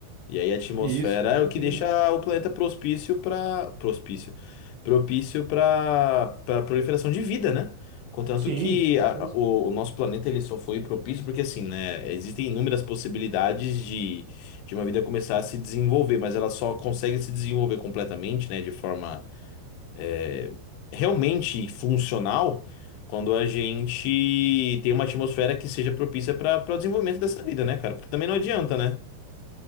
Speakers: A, on the left; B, on the right.
A: E aí a atmosfera
B: E isso, com
A: é
B: certeza.
A: o que deixa o planeta propício para propício, propício para para proliferação de vida, né? Contanto
B: Sim,
A: que
B: com
A: a-
B: certeza.
A: a- o, o nosso planeta ele só foi propício porque assim, né? Existem inúmeras possibilidades de de uma vida começar a se desenvolver, mas ela só consegue se desenvolver completamente, né? De forma é, realmente funcional quando a gente tem uma atmosfera que seja propícia para o desenvolvimento dessa vida, né, cara? Porque também não adianta, né?